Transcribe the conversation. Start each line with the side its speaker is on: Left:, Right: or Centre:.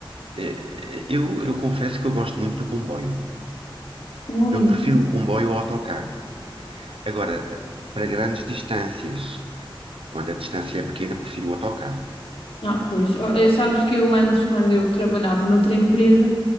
Right: eh, eu, eu confesso que eu gosto muito do comboio.
Left: ai,
Right: Eu prefiro o comboio ao autocarro. Agora, eh, para grandes distâncias, quando a distância é pequena, prefiro o autocarro.
Left: ah, pois, Oh, eu- sabes que eu antes, quando eu trabalhava noutra empresa,